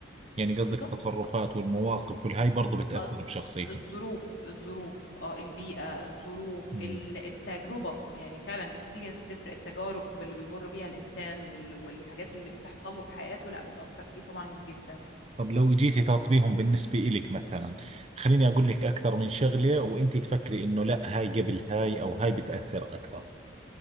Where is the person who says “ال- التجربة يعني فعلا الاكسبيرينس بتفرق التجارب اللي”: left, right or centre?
Left